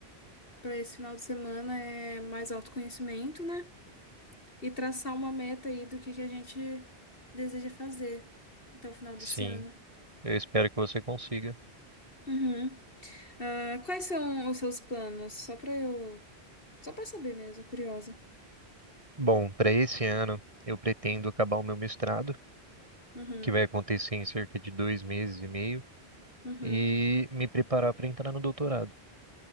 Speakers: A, on the left; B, on the right.
A: para esse final de semana é mais autoconhecimento, né? E traçar uma meta aí do que, que a gente deseja fazer até o final desse
B: sim.
A: ano.
B: Eu espero que você consiga.
A: Uhum. Ah, quais são os seus planos? Só para eu, só para saber mesmo, curiosa.
B: Bom, para esse ano eu pretendo acabar o meu mestrado,
A: Uhum,
B: que vai acontecer em cerca de dois meses e meio,
A: uhum,
B: e me preparar para entrar no doutorado.